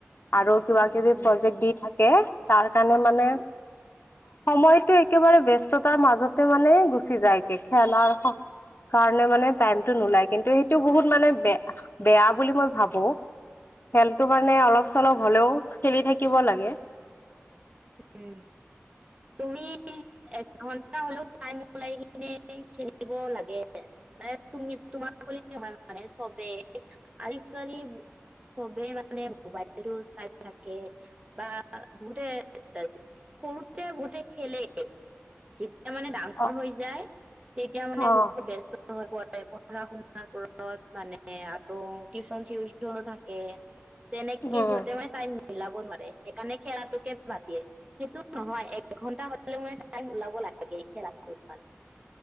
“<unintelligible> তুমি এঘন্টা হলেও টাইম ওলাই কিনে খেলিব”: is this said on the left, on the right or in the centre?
Right